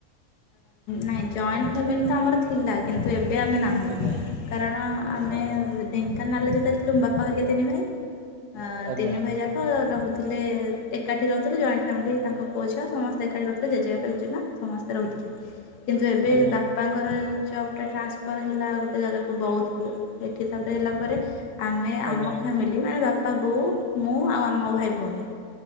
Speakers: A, on the left; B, on the right.
A: ନାଇଁ ଜଏଣ୍ଟ ଫ୍ୟାମିଲି ତ ଆମର ଥିଲା କିନ୍ତୁ ଏବେ ଆମେ ନା ହୁଁ
B: ଆଜ୍ଞା
A: କାରଣ ଆମେ
B: ଆଜ୍ଞା
A: ଢେଙ୍କାନାଳରେ ଯେତେବେ ଥିଲୁ ବାପା ହରିକା ତିନି ଭାଇ ହଁ
B: ଆଜ୍ଞା
A: ତିନି ଭାଇ ଯା କ ରହୁଥିଲେ ଏକାଠି ରହୁଥିଲେ ଜଏଣ୍ଟ ଫ୍ୟାମିଲି ତାଙ୍କ ପୁଅ ଝିଅ ସମସ୍ତେ ଏକାଠି ରହୁଥିଲେ ଜେଜେବାପା ଜେଜେମା ସମସ୍ ରହୁଥିଲେ କିନ୍ତୁ ଏବେ
B: ଆଜ୍ଞା
A: ବା ପାଙ୍କର ଜବଟା ଟ୍ରାନ୍ସଫର୍ ହେଲା ଆଉ ଗୋଟେ ଜାଗାକୁ ବୌଦ୍ଧକୁ। ଏଠି ତାପେରେ ହେଲା ପରେ ଆମେ ଆମ
B: ଆଜ୍ଞା
A: ଫ୍ୟାମି ଲିନେ ଆମେ ବାପା ବୋଉ ମୁଁ ଆଉ ଆମ ମୋ ଭାଇ ଭଉଣୀ